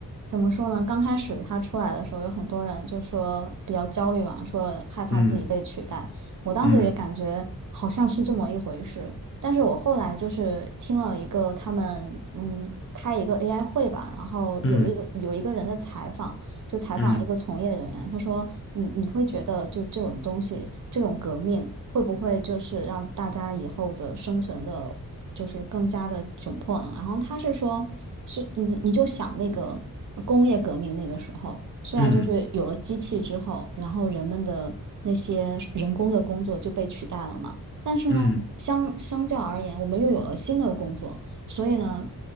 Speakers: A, on the right; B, on the left.
A: 怎么说呢？刚开始他出来的时候，有很多人就说比较焦虑嘛，说害怕自己被取代。
B: 嗯
A: 我当时也感觉好像是这么一回事，
B: 嗯
A: 但是我后来就是听了一个他们嗯开一个 AI 会吧，然后有一个有一个人的采访，
B: 嗯
A: 就采访一个从业人员，
B: 嗯
A: 他说你你会觉得就这种东西，这种革命会不会就是让大家以后的生存的？就是更加的窘迫了。然后他是说，是你你就想那个工业革命那个时候，虽然就是有了机器之后，
B: 嗯
A: 然后人们的那些人工的工作就被取代了嘛，但是呢，
B: 嗯嗯。
A: 相相较而言，我们又有了新的工作，所以呢。